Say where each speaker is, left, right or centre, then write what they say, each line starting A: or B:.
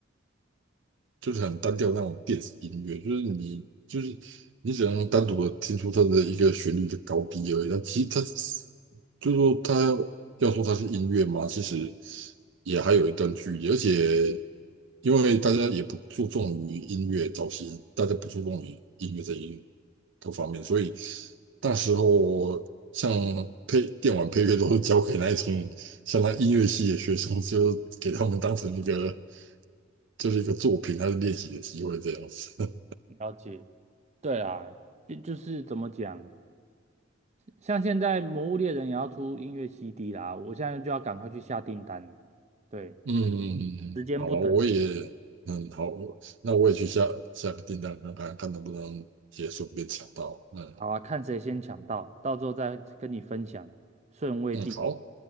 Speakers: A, on the right; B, on the right.
A: 就是很单调那种电子音乐，就是你就是你只能单独的听出它的一个旋律的高低而已。但其实它就是说它要说它是音乐嘛，其实也还有一段距离。而且因为大家也不注重于音乐，早期大家不注重于音乐这一个方面，所以那时候像配电玩配乐都是交给那一种像那音乐系的学生，就给他们当成一个就是一个作品，它是练习的机会这样子。
B: 了解。对啊，就就是怎么讲，像现在《魔物猎人》也要出音乐 CD 啦，我现在就要赶快去下订单了。对，
A: <laughs> 嗯，
B: 时间不等人，
A: 好啊，我也嗯好，那我也去下下个订单看看看能不能也顺便抢到。嗯
B: 好啊，看谁先抢到，到时候再跟你分享顺位第几。
A: 嗯，好。